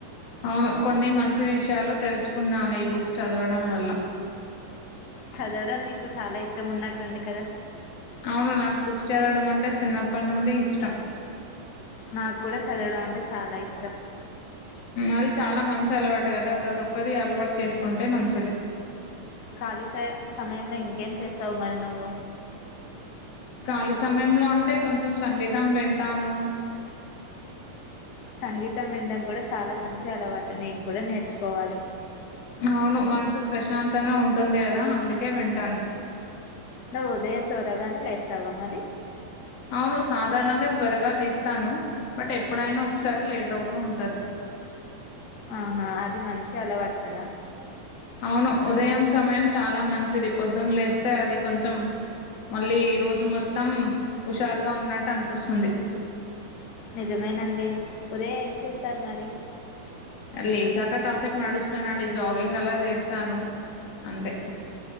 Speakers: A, on the left; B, on the left.
A: అవును కొన్ని మంచి విషయాలు తెలుసుకున్నాను, ఈ బుక్ చదవడం వల్ల.
B: చదవడం నీకు చాలా ఇష్టం ఉన్నట్టుంది కదా.
A: అవును నాకు బుక్స్ చదవడం అంటే చిన్నప్పటి నుండి ఇష్టం.
B: నాకు కూడా చదవడం అంటే చాలా ఇష్టం.
A: అది చాలా మంచి అలవాటు కదా, ప్రతి ఒక్కరి అలవాటు చేసుకుంటే మంచిది.
B: ఖాళీ స సమయంలో ఇంకేం చేస్తావు మరి నువ్వు.
A: ఖాళీ సమయంలో అంటే కొంచెం సంగీతం వింటాను.
B: సంగీతం వినడం కూడా చాలా మంచి అలవాటు. నేను కూడా నేర్చుకోవాలి.
A: అవును మనసుకు ప్రశాంతంగా ఉంటుంది, కదా అందుకే వింటాను.
B: నువ్వు ఉదయం తోరగానే లేస్తావ మరి.
A: అవును సాధారణంగా త్వరగా లేస్తాను. బట్ ఎప్పుడైనా ఒకసారి లేట్ అవుతూ ఉంటది.
B: ఆహా అది మంచి అలవాటు కదా
A: అవును ఉదయం సమయం చాలా మంచిది. పొద్దున్న లేస్తే అది కొంచెం మళ్ళీ రోజు మొత్తం హుషారుగా ఉన్నట్టు అనిపిస్తుంది.
B: నిజమేనండి ఉదయ ఏం చేస్తారు మరి?
A: లేసాక కాసేపు నడుస్తానండి జాగింగ్ అలా చేస్తాను అంతే.